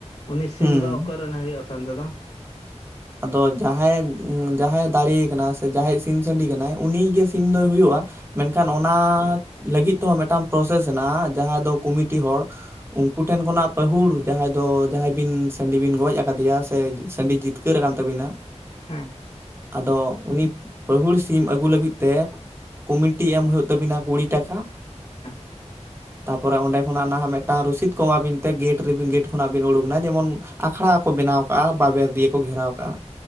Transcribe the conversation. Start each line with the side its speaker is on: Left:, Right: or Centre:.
Left: ᱩᱱᱤ ᱥᱤᱢ
Right: ᱦᱩᱸ
Left: ᱫᱚ ᱚᱠᱚᱭ ᱨᱮᱱᱮ ᱦᱩᱭᱩᱜᱼᱟ <unintelligible>
Right: ᱟᱫᱚ ᱡᱟᱦᱟᱭᱮ ᱩᱸ ᱡᱟᱦᱟᱭᱮ ᱫᱟᱲᱮ ᱟᱠᱟᱱᱟ ᱥᱮ ᱡᱟᱦᱟᱭᱤᱡ ᱥᱤᱢ ᱥᱟᱸᱰᱤ ᱠᱟᱱᱟᱭ ᱩᱱᱤᱭᱤᱡ ᱜᱮ ᱥᱤᱢ ᱫᱚᱭ ᱦᱩᱭᱩᱜᱼᱟ᱾ ᱢᱮᱱᱠᱷᱟᱱ ᱚᱱᱟ ᱞᱟᱹᱜᱤᱫ ᱛᱮᱦᱚᱸ ᱢᱤᱫᱴᱟᱝ ᱯᱨᱚᱥᱮᱥ ᱦᱮᱱᱟᱜᱼᱟ ᱡᱟᱦᱟᱸᱭ ᱫᱚ ᱠᱩᱢᱤᱴᱤ ᱦᱚᱲ ᱩᱱᱠᱩ ᱴᱷᱮᱱ ᱠᱷᱚᱱᱟᱜ ᱯᱟᱹᱦᱩᱲ ᱡᱟᱦᱟᱸᱭ ᱫᱚ ᱡᱟᱦᱟᱸᱭ ᱵᱤᱱ ᱥᱟᱹᱰᱤ ᱵᱤᱱ ᱜᱚᱡ ᱟᱠᱟᱫᱮᱭᱟ ᱥᱮ ᱥᱟᱸᱰᱤ ᱡᱤᱛ ᱠᱟᱹᱨ ᱟᱠᱟᱱ ᱛᱟᱵᱤᱱᱟ,
Left: ᱦᱮᱸ
Right: ᱟᱫᱚ ᱩᱱᱤ ᱯᱟᱦᱩᱲ ᱥᱤᱢ ᱟᱹᱜᱩ ᱞᱟᱹᱜᱤᱫ ᱛᱮ ᱠᱩᱢᱤᱴᱤ ᱮᱢ ᱦᱩᱭᱩᱜ ᱛᱟᱵᱤᱱᱟ ᱠᱩᱲᱤ ᱴᱟᱠᱟ,
Left: <inaudible>
Right: ᱛᱟᱨᱯᱚᱨᱮ ᱚᱸᱰᱮ ᱠᱷᱚᱱᱟᱜ ᱱᱟᱦᱟᱜ ᱢᱤᱫᱴᱟᱝ ᱨᱚᱥᱤᱫ ᱠᱚ ᱮᱢᱟ ᱵᱤᱱ ᱛᱮ ᱜᱮᱴ ᱨᱮᱵᱤᱱ ᱜᱮᱴ ᱠᱷᱚᱱᱟᱜ ᱵᱤᱱ ᱩᱲᱩᱠᱱᱟ ᱡᱮᱢᱚᱱ ᱟᱠᱷᱲᱟ ᱠᱚ ᱵᱮᱱᱟᱣ ᱠᱟᱜᱼᱟ ᱵᱟᱵᱮᱨ ᱫᱤᱭᱟᱹ ᱠᱚ ᱜᱷᱮᱨᱟᱣ ᱠᱟᱜᱼᱟ᱾